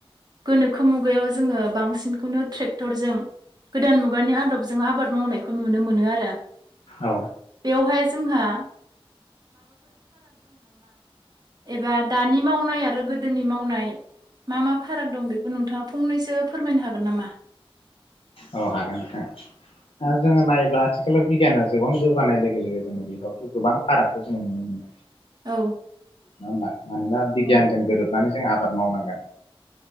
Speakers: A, on the right (about 45°); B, on the left (about 70°).
A: गोनोखो मुगायाव जोङो बांसिनखौनो ट्रेक्टरजों गोदान मुगानि आदबजों आबाद मावनायखौ नुनो मोनो आरो।
B: औ
A: बेवहाय जोंहां एबा दानि मावनाय आरो गोदोनि मावनाय मा मा फाराग दं बेखौ नोंथाङा फंनैसो फोरमायनो हागोन नामा?
B: औ हागोन नोंथां ओ जोङो नायोब्ला आथिखालाव बिगियाना गोबां जौगानाय लोगो लोगो जोङो बे यावथ' गोबां फारागखौ औ नुनो मोनो।
A: औ।
B: <unintelligible> मानोना बिगियानजों
A: औ
B: गोरोबनानै जों आबाद मावनांगोन